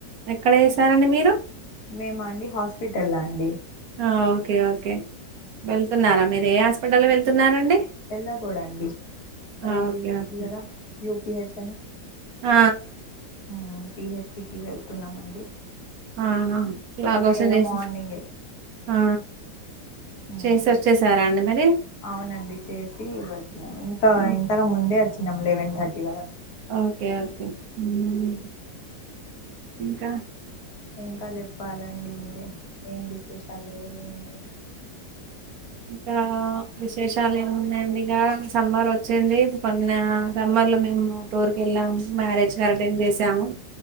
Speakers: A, on the right (about 65°); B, on the left (about 65°).
A: ఎక్కడ చేసారండి మీరు
B: మేమ అండి హాస్పిటల్ అండి
A: అ ఓకే ఓకే వెళ్తున్నారా మీరు ఏ హాస్పిటల్ వెళ్తున్నారండి
B: ఎల్లా గూడాండి
A: ఆ,
B: అది
A: ఓకే
B: ఉంది
A: ఓకే
B: కదా యూపీహెచ్ అని
A: ఆ
B: ఉ పిఎస్సికిి వెళ్తున్నామండి
A: ఆహ లాగోసె
B: అయితే ఇలా
A: చేసి
B: మార్నింగే
A: ఆ
B: ఊహ్
A: చేసి వచ్చేసారా అండి మరి
B: అవునండి చేసి వచ్చినం ఇంకా
A: ఆ,
B: తగా ముందే ఒచ్చినం లెవెన్ థర్టీ వర
A: ఓకే ఓకే ఊమ్ ఇంకా
B: ఇంకా జెప్పాలండి మీరే ఏం విశేషాలు ఏమి
A: ఇంకా విశేష్ చాల్ ఏమున్నాయండిగా సమ్మర్ ఒచ్చింది కొన్న సమ్మర్ లో మేము టూర్ కెళ్ళామ్ మ్యారేజ్ అరటెండ్ చేసాము